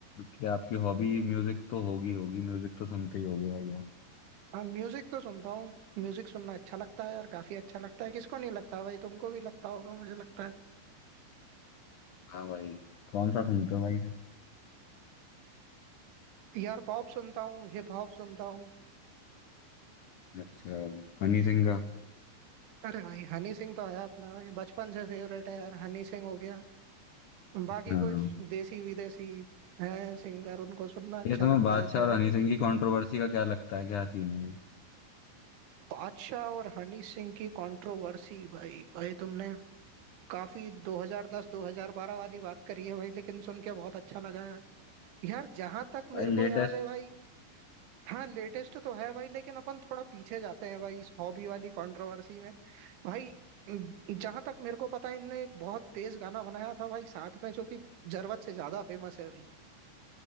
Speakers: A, on the left (about 80°); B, on the right (about 85°).
A: कि आपकी हॉबी म्यूजिक तो होगी होगी म्यूजिक तो सुनते ही होगे भाई आप
B: हाँ म्यूजिक तो सुनता हूँ म्यूजिक सुनना अच्छा लगता है यार काफी अच्छा लगता है किसको नहीं लगता भाई तुमको भी लगता होगा मुझे लगता है
A: हाँ भाई कौन सा सुनते हो भाई
B: यार पॉप सुनता हूँ हिप हॉप सुनता हूँ
A: अच्छा हनी सिंह का
B: अरे भाई हनी सिंह तो है अपना भाई बचपन से फेवरेट है यार हनी सिंह हो गया बाकी
A: हाँ
B: कुछ देसी विदेशी है सिंगर उनको सुनना अच्छा
A: ये तुम्हें
B: लगता
A: बादशाह
B: है थोड़ा
A: और हनी सिंह की कंट्रोवर्सी का क्या लगता है क्या सीन है ये?
B: बादशाह और हनी सिंह की कंट्रोवर्सी भाई भाई तुमने काफी 2010 2012 वाली बात करी है भाई लेकिन सुन के बहुत अच्छा लगा है भाई यार जहां तक मेरे
A: भाई लेटेस्ट
B: को याद है भाई हाँ लेटेस्ट तो है भाई लेकिन अपन थोड़ा पीछे जाते हैं भाई इस हॉबी वाली कंट्रोवर्सी में भाई जहां तक मेरे को पता है इनने एक बहुत तेज गाना बनाया था भाई साथ में जो कि जरूरत से ज्यादा फेमस है भाई